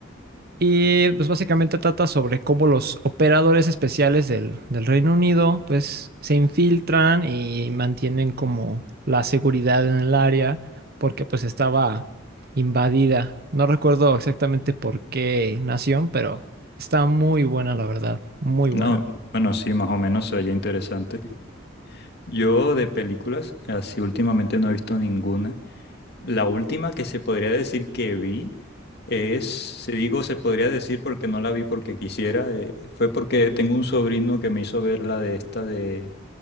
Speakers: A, on the right; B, on the left.
A: Y pues básicamente trata sobre cómo los operadores especiales del, del Reino Unido pues se infiltran y mantienen como la seguridad en el área porque pues estaba invadida. No recuerdo exactamente por qué nación, pero está muy buena la verdad, muy
B: No,
A: buena.
B: bueno, sí, más o menos se oye interesante. <laughs> Yo de películas, así últimamente no he visto ninguna. La última que se podría decir que vi es, se digo, se podría decir porque no la vi porque quisiera, eh, fue porque tengo un sobrino que me hizo ver la de esta de,